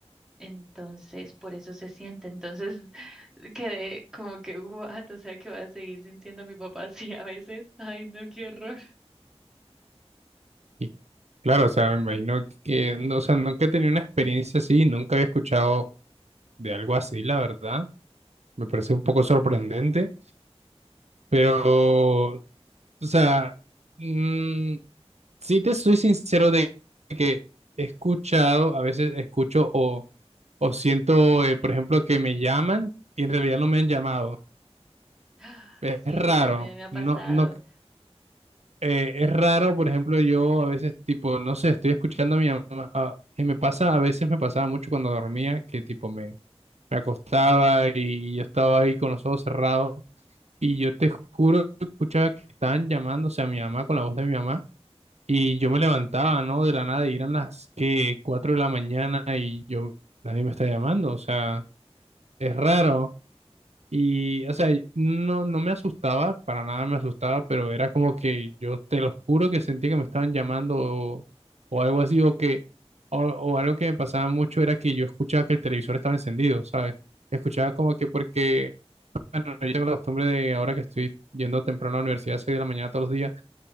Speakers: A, in the centre; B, on the right.
A: Entonces, por eso se siente. Entonces, <laughs> quedé como que, what, o sea, que voy a seguir sintiendo a mi papá así a veces. Ay, no, qué horror.
B: y claro, o sea, me imagino que, no, o sea, nunca he tenido una experiencia así, nunca había escuchado de algo así, la verdad. Me parece un poco sorprendente, pero, o sea, mm, sí te soy sincero de que he escuchado, a veces escucho o, o siento, eh, por ejemplo, que me llaman y en realidad no me han llamado.
A: <gasps> ¡Ah!
B: Es
A: Sí,
B: raro,
A: también me ha pasado.
B: no, no, eh, es raro, por ejemplo, yo a veces, tipo, no sé, estoy escuchando a mi mamá, a- y me pasa, a veces me pasaba mucho cuando dormía, que tipo me, me acostaba y yo estaba ahí con los ojos cerrados, y yo te juro que escuchaba que estaban llamándose a mi mamá con la voz de mi mamá, y yo me levantaba, ¿no? De la nada, y eran las que cuatro de la mañana, y yo, nadie me está llamando, o sea, es raro. Y, o sea, no, no me asustaba, para nada me asustaba, pero era como que yo te lo juro que sentía que me estaban llamando o, o algo así, o que, o, o algo que me pasaba mucho era que yo escuchaba que el televisor estaba encendido, ¿sabes? Escuchaba como que porque, bueno, yo tengo la costumbre de ahora que estoy yendo temprano a la universidad, a 6 de la mañana todos los días,